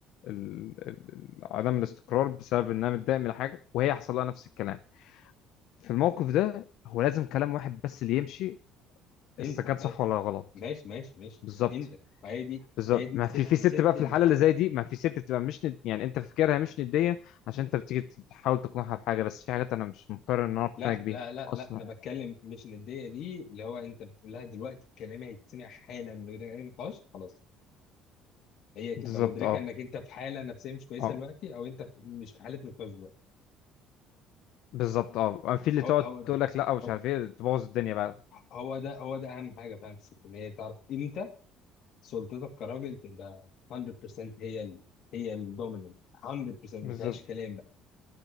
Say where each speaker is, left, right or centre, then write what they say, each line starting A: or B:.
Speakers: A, on the left; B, on the left.
A: ال- ال- عدم الاستقرار بسبب ان انا متضايق من حاجه وهي حصل لها نفس الكلام في الموقف ده هو لازم كلام واحد بس اللي يمشي
B: انت
A: استكان صح
B: آه،
A: ولا غلط
B: ماشي ماشي ماشي
A: بالظبط
B: انت ما هي دي
A: بالظبط
B: ما هي دي
A: ما
B: ست
A: في في ست
B: ست
A: بقى في
B: ال...
A: الحاله اللي زي دي ما في ست بتبقى مش ند... يعني انت فكرها مش نديه عشان انت بتيجي تحاول تقنعها بحاجه بس في حاجات انا مش مضطر ان انا اقنعك
B: لا
A: بيها
B: لا لا
A: اصلا
B: لا انا بتكلم مش نديه دي اللي هو انت بتقول لها دلوقتي الكلام هيتسمع حالا من غير اي نقاش خلاص هي تبقى
A: بالظبط
B: مدركه
A: اه
B: انك انت في حاله نفسيه مش كويسه
A: اه
B: دلوقتي او انت مش في حاله نقاش دلوقتي
A: بالظبط اه في اللي
B: هو
A: تقعد
B: هو ده
A: تقول لك لا ومش
B: هو
A: عارف ايه تبوظ الدنيا بقى
B: هو ده هو ده اهم حاجه فاهم في الست ان هي تعرف امتى سلطتك كراجل تبقى 100% هي ال... هي الدوميننت 100%
A: بالظبط
B: ما فيهاش كلام بقى